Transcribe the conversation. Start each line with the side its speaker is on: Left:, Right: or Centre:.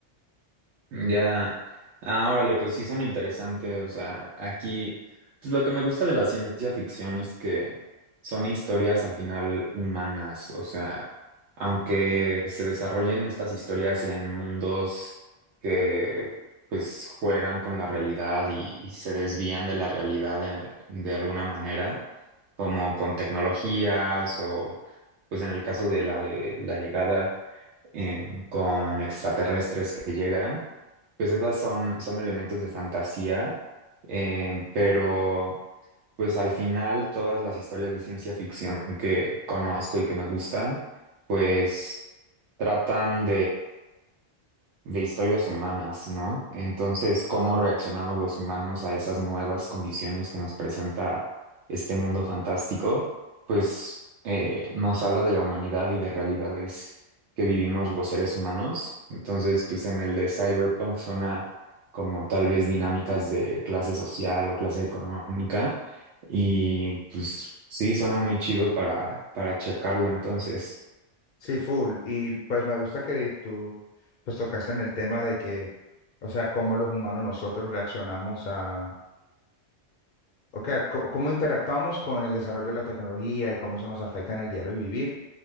Right: Ya, ah, órale, pues sí suena interesante. O sea, aquí, pues lo que me gusta de la ciencia ficción es que son historias al final humanas. O sea, aunque se desarrollen estas historias en mundos que pues juegan con la realidad y, y se desvían de la realidad de, de alguna manera, como con tecnologías o pues en el caso de la de la llegada eh, con extraterrestres que llegan pues esas son, son elementos de fantasía, em, pero pues al final todas las historias de ciencia ficción que conozco y que me gustan, pues tratan de historias humanas, ¿no? Entonces, ¿cómo reaccionamos los humanos a esas nuevas condiciones que nos presenta este mundo fantástico? Pues eh, nos habla de la humanidad y de realidades que vivimos los seres humanos. Entonces, pues en el de Cyberpunk suena como tal vez dinámicas de clase social o clase económica y pues sí, suena muy chido para, para checarlo entonces.
Left: Sí, full. Y pues me gusta que tú, pues tocaste en el tema de que, o sea, cómo los humanos nosotros reaccionamos a, o sea, có- cómo interactuamos con el desarrollo de la tecnología y cómo eso nos afecta en el diario vivir.